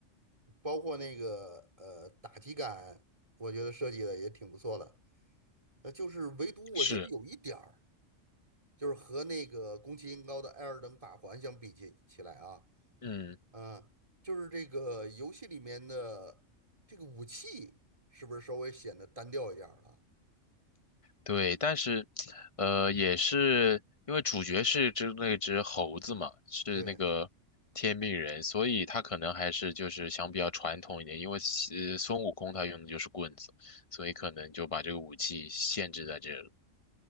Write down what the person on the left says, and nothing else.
是，
嗯。
对，但是，呃，也是因为主角是只那只猴子嘛，是那个天命人，
所以他可能还是就是想比较传统一点，因为呃孙悟空他用的就是棍子，所以可能就把这个武器限制在这了。